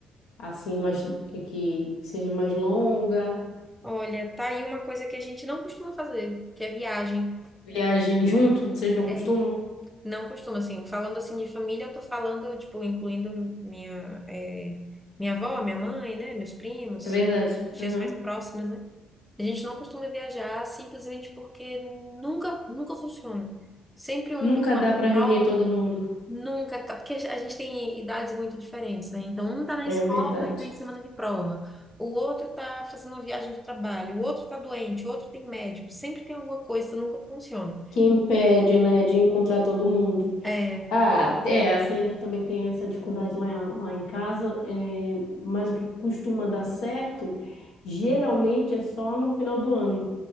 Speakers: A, on the left; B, in the centre.
A: assim mais que que seja mais longa?
B: Olha, tá aí uma coisa que a gente não costuma fazer, que é viagem.
A: Viagem junto, vocês não costumam?
B: É, Não costumo, assim, falando assim de família, eu tô falando, tipo, incluindo minha, eh, minha avó, minha mãe, né, meus primos,
A: É verdade.
B: tias
A: Uhum.
B: mais próximas, né? A gente não costuma viajar simplesmente porque nunca, nunca funciona. Sempre um
A: Nunca
B: tem uma
A: dá para reunir
B: prova,
A: todo mundo.
B: nunca, ca- porque a gente tem idades muito diferentes, né? Então, um tá na
A: É
B: escola
A: verdade.
B: e tá em semana de prova, o outro tá fazendo uma viagem de trabalho, o outro tá doente, o outro tem médico, sempre tem alguma coisa, nunca funciona.
A: Que impede, né, de encontrar todo mundo.
B: É,
A: Ah, é, assim, a gente também tem essa dificuldade lá, em- lá em casa, é, mas o que costuma dar certo, geralmente é só no final do ano,